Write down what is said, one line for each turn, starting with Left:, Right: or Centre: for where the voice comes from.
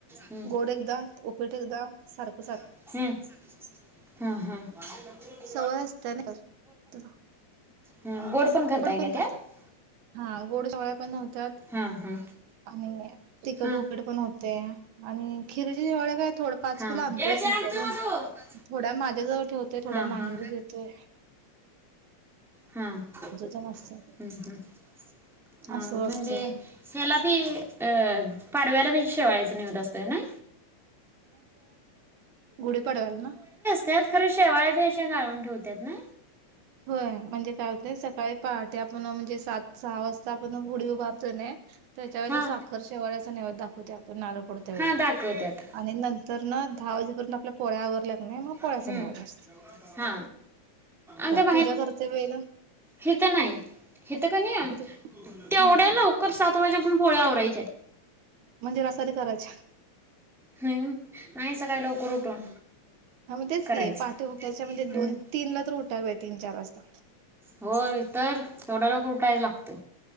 Centre: हं.
Right: गोड एकदा ओपीट एकदा सारख
Centre: हम्म हम हम
Right: सवय असताना त
Centre: हं, गोड पण करताय
Right: बडपण
Centre: का त्यात
Right: खात हा गोड सोळ्या पण नव्हतात
Centre: हां हां
Right: आणि तिकट
Centre: हा
Right: उपड पण होते आणि खिरीची जवाळ काय थोड पाच
Centre: हा
Right: किल आणतोयस
Centre: याचे
Right: मी
Centre: आणतो
Right: करून
Centre: मग तू
Right: थोड्या माझ्याजवळ होत थोडा
Centre: हा
Right: माहीर
Centre: हा
Right: देतोय
Centre: हा हम्म
Right: तेन असतात.
Centre: हम् हा
Right: असं
Centre: म्हणजे
Right: असतंय.
Centre: त्याला बी अ पाडव्याला बी शेवाचा निवत असतोय ना
Right: गुढ पडवाल ना
Centre: त्यात खरं शेवाळे बी अशा गाळून ठेवतात ना
Right: होय म्हणजे काय सकाळी पहाटे आपण म्हणजे सात सहा वाजता आपण गुडी उभारतो त त्याच्या वेळेला
Centre: हा
Right: साखर शेवाळ्याचा नेवद दाखवते आपण नाल पडत्या वेळी
Centre: हा दाखवतात
Right: आणि नंतर ना आवजीपर्यंत आपल्या पोळ्यावर लाग नाही मग पो्याचा
Centre: हम्म
Right: नाहीवाज जात
Centre: हा आच्या
Right: पूजा करते वेला
Centre: हथं नाही हथं का नाही
Right: इथं
Centre: तेवढ्या
Right: हा
Centre: लवकर सात वाजे पण पोळ्यावरय
Right: म्हणजे रसाारी करायच्या
Centre: हम् नाही सकाळी लवकर उठून
Right: हा म्हण तेच
Centre: करायच्या
Right: की पाठीे उठायच्या म्हणजे दोन
Centre: हम्म
Right: तीन ला तर उठायला आहे तीन चार वाजता
Centre: होय तर थोडा लोक उटायला लागत